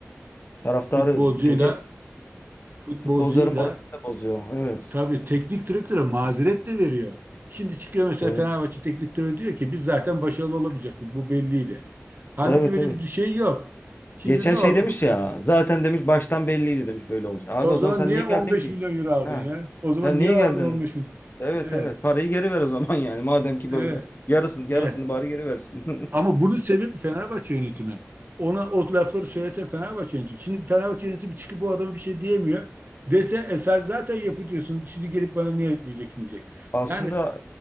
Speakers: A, on the left (about 45°); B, on the right (about 45°).
A: Taraftarı
B: Futbolcuyla
A: kötü etki.
B: futbolcuyla
A: Futbolcuların moralini de bozuyor. Evet.
B: tabii teknik direktöre mazeret de veriyor. Şimdi çıkıyor mesela
A: Evet.
B: Fenerbahçe teknik direktörü diyor ki biz zaten başarılı olamayacaktık. Bu belliydi. Halbuki
A: Evet
B: böyle
A: evet.
B: bir şey yok. Şimdi
A: Geçen
B: ne
A: şey
B: oldu?
A: demiş
B: Fut-
A: ya. Zaten demiş baştan belliydi demiş böyle olacak. Abi
B: O
A: o
B: zaman
A: zaman sen
B: niye
A: niye
B: 15
A: geldin ki?
B: milyon euro aldın
A: Ha.
B: ya? O zaman
A: Sen
B: niye
A: niye
B: aldın
A: geldin?
B: 15 milyon?
A: Evet
B: Evet,
A: evet. Parayı geri ver o zaman <laughs> yani. Madem ki
B: evet,
A: böyle. Yarısını yarısını
B: evet.
A: bari geri versin. <laughs>
B: Ama bunun sebebi Fenerbahçe yönetimi. Ona o lafları söyleten Fenerbahçe yönetimi. Şimdi Fenerbahçe yönetimi çıkıp bu adama bir şey diyemiyor. Dese e sen zaten yapıyorsun. Şimdi gelip bana niye diyeceksin diyecek.
A: Aslında
B: Yani